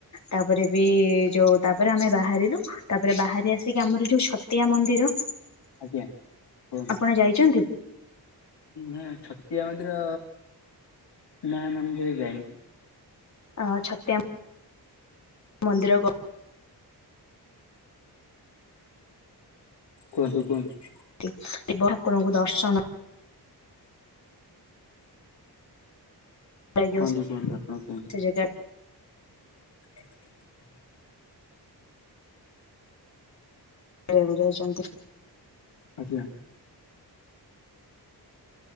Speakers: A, on the left (about 45°); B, on the left (about 85°).
A: ତାପରେ ବି ଯୋଉ ତାପରେ ଆମେ ବାହାରିଲୁ ତାପରେ ବାହାରି ଆସିକି ଆମର ଯୋଉ ଛତିଆ ମନ୍ଦିର
B: ଆଜ୍ଞା କୁହନ୍ତୁ
A: ଆପଣ ଯାଇଛନ୍ତି?
B: ନା ଛତିଆ ମନ୍ଦିର ନା ନା ମୁଁ କେବେ ଯାଇନି।
A: ଅ ଛତିଆ ମନ୍ଦିର ଗ
B: କୁହନ୍ତୁ କୁହନ୍ତୁ।
A: <unintelligible> ଶିବ ଠାକୁରଙ୍କୁ ଦର୍ଶନ ଲାଗିବ
B: କୁହନ୍ତୁ କୁହନ୍ତୁ ଆପଣ କୁହନ୍ତୁ
A: ସେ ଜାଗା
B: <inaudible>
A: ଖାଇବାକୁ ଯାଇଛନ୍ତି।
B: ଆଜ୍ଞା।